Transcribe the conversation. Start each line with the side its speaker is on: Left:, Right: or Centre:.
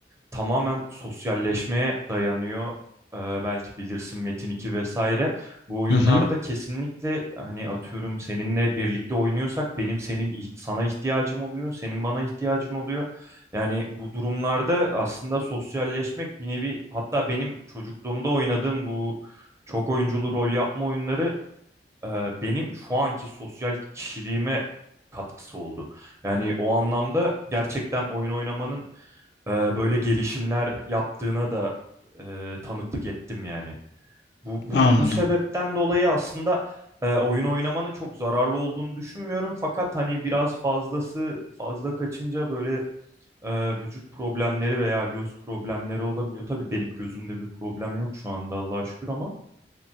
Right: tamamen sosyalleşmeye dayanıyor. Ee, belki bilirsin Metin 2 vesaire. Bu oyunlarda
Left: Hı hı.
Right: kesinlikle hani atıyorum seninle birlikte oynuyorsak benim senin ih- sana ihtiyacım oluyor, senin bana ihtiyacın oluyor. Yani bu durumlarda aslında sosyalleşmek bir nevi hatta benim çocukluğumda oynadığım bu çok oyunculu rol yapma oyunları e, benim şu anki sosyal kişiliğime katkısı oldu. Yani o anlamda gerçekten oyun oynamanın e, böyle gelişimler yaptığına da e, tanıklık ettim yani. Bu, bu,
Left: Anladım.
Right: bu sebepten dolayı aslında e, oyun oynamanın çok zararlı olduğunu düşünmüyorum. Fakat hani biraz fazlası fazla kaçınca böyle e, vücut problemleri veya göz problemleri olabiliyor. Tabii benim gözümde bir problem yok şu anda Allah'a şükür ama